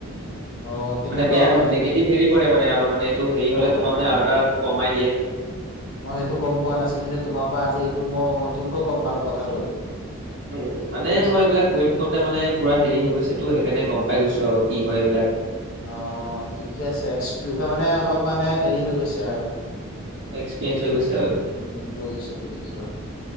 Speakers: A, on the left (about 75°); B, on the right (about 60°).
A: অ তেনেকুৱা
B: মানে বেয়া
A: হয় নেকি
B: নিগেটিভ হেৰি পৰে-। মানে আৰু মানে এইটো হেৰি
A: অ
B: হ'লে তোমাৰ
A: অ
B: মানে
A: অ
B: অৰ্ডাৰ কমাই দিয়ে।
A: মই সেইটো গম পোৱা নাছিলো যে তোমাৰ পৰা আজি এইটো মই নতুনকৈ গম পালো কথাটো।
B: উমঁ মানে
A: বুজিছা
B: মই এইবিলাক কৈ থাকোতে মানে পুৰা হেৰি হৈ গৈছে তো সেইকাৰণে গম পাই গৈছো। ত কি হয় এইবিলাক।
A: অঁ ঠিকে আছে এক্স তাৰমানে অলপ মানে হেৰি হৈ গৈছে আৰু।
B: এক্সপিৰিয়েঞ্চ হৈ গৈছে আৰু এইটো
A: উমঁ বুজিছো বুজিছো।